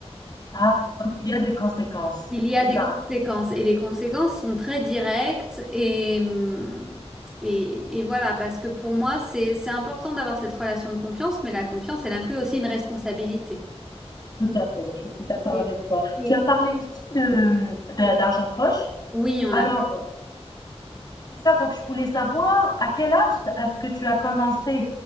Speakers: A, on the left (about 40°); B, in the centre.
A: Ah, donc il y a des conséquences.
B: Il y
A: C'est
B: a des
A: ça,
B: conséquences et les conséquences sont très directes et, hum, et, et voilà, parce que pour moi, c'est, c'est important d'avoir cette relation de confiance, mais la confiance, elle inclut aussi une responsabilité.
A: tout à fait. Je suis d'accord
B: Et-
A: avec toi.
B: et-
A: Tu as parlé aussi de, de- d'argent de poche.
B: Oui, on
A: Alors,
B: a...
A: C'est ça, donc je voulais savoir à quel âge est-ce que tu as commencé